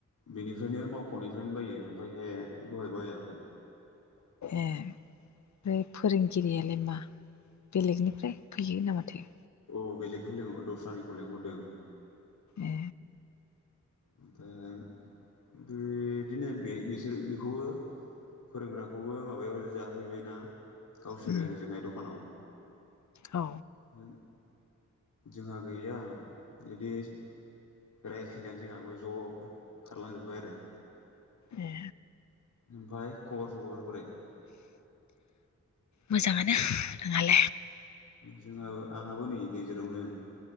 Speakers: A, on the left; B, on the left.
A: बेनिफ्रायनो मावख'निफ्रायनो बायो ओमफायहे दहाय बायाखै।
B: ए फ्राय फोरोंगिरियालाय मा बेलेगनिफ्राय फैयो ना माथो?
A: औ बेलेगखौ लिंहर दस्रानिखौ लिंहरदों।
B: ए
A: ओमफाय बिदिनो बे बिसोर बेखौबो फोरोंग्राखौबो माबायाव जाहोैबायना गावसोरो
B: उम
A: ओजोंहाय दखानाव
B: औ
A: ओं जोंहा गैया बिदि रायलायनानै जोंहाबो ज' खारलांजोबबाय आरो
B: ए
A: ओमफाय खबर सबर बोरै?
B: मोजाङानो नोंहालाय?
A: जोंहा आंहाबो नै गेजेरावनो।